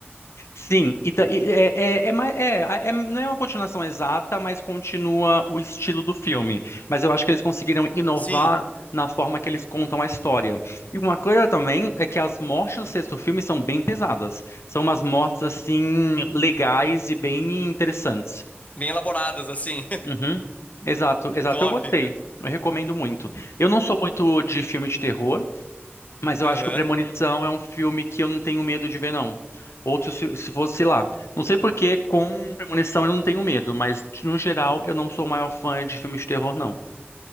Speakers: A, on the left; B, on the left.
A: Sim, e, ta- e é, é, é, mais- é, a- é- não é uma continuação exata, mas continua o estilo do filme. Mas eu acho que eles conseguiram inovar
B: Sim,
A: na forma que eles contam a história. E uma coisa também é que as mortes do sexto filme são bem pesadas. São umas mortes, assim, legais e bem interessantes.
B: bem elaboradas, assim.
A: Uhum. Exato,
B: <laughs>
A: exato.
B: Top,
A: Eu gostei.
B: cara.
A: Eu recomendo muito. Eu não sou muito de filme de terror, mas eu
B: Aham.
A: acho que o Premonição é um filme que eu não tenho medo de ver, não. Outro, se, se fosse sei lá. Não sei por que com Premonição eu não tenho medo, mas no geral eu não sou o maior fã de filme de terror, não.